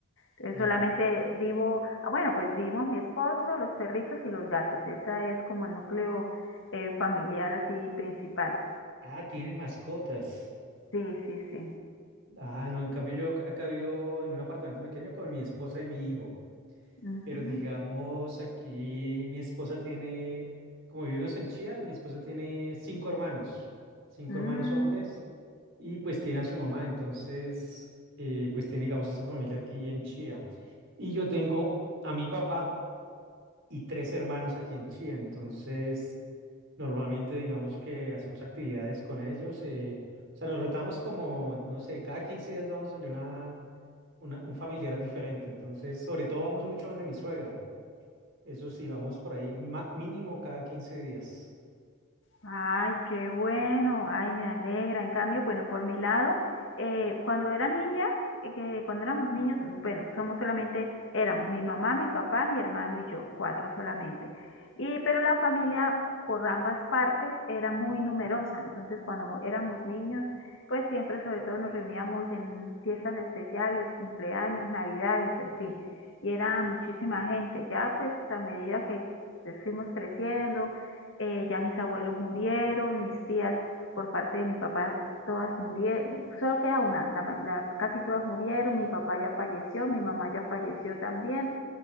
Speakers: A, on the left (about 55°); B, on the right (about 55°).
A: Entonces
B: Ya.
A: solamente vivo, ah, bueno, pues vivimos mi esposo, los perritos y los gatos. Esa es como el núcleo eh, familiar así principal.
B: Ah, tienen mascotas.
A: Sí, sí, sí.
B: Ah, no, en cambio yo ac- acá vivo en un apartamento pequeño con mi esposa y mi hijo.
A: Ujú.
B: Pero digamos, aquí mi esposa tiene, como vivimos en Chía, mi esposa tiene cinco hermanos, cinco
A: Mm.
B: hermanos hombres, y pues tiene a su mamá. Entonces, eh, pues tiene, digamos, esa familia aquí en Chía. Y yo tengo a mi papá. y tres hermanos aquí en Chía. Entonces, normalmente digamos que hacemos actividades con ellos. eh, o sea, nos rotamos como, no sé, cada 15 días vamos donde una, una- un familiar diferente. Entonces, sobre todo vamos mucho donde mi suegra. Eso sí, vamos por ahí ma- mínimo cada 15 días.
A: Ay, qué bueno, ay, me alegra. En cambio, bueno, por mi lado, eh, cuando era niña, eh, que cuando éramos niños, bueno, somos solamente, éramos mi mamá, mi papá, mi hermano y yo, cuatro solamente. Y, pero la familia por ambas partes era muy numerosa, entonces cuando éramos niños, pues siempre sobre todo nos reuníamos en fiestas especiales, cumpleaños, navidades, en fin, y era muchísima gente. Ya pues a medida que pues, fuimos creciendo, eh, ya mis abuelos murieron, mis tías por parte de mi papá todas murieron, solo queda una, la, la- casi todas murieron, mi papá ya falleció, mi mamá ya falleció también,